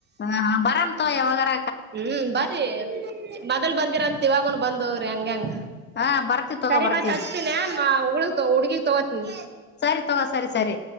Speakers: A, on the left; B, on the right.
A: ಹ ಬರಂತೋಗ್ ಯಾವಾಗರ.
B: ಹ್ಮ್ ಬರ್ರಿ ಮೊದಲ್ ಬಂದಿರಂತ ಇವಾಗನು ಬಂದೋಗ್ರಿ ಹಂಗಂಗ
A: ಹ ಬರ್ತಿವಿ ತಗೋ
B: ಸರಿ
A: ಬರ್ತಿವಿ
B: ಮತ್ ಹಚ್ತೀನಿ ಹುಳ್ ಹುಡ್ಗಿಗ್ ತಗೋತೀನಿ.
A: ಸರಿ ತೊಗೊ ಸರಿ ಸರಿ.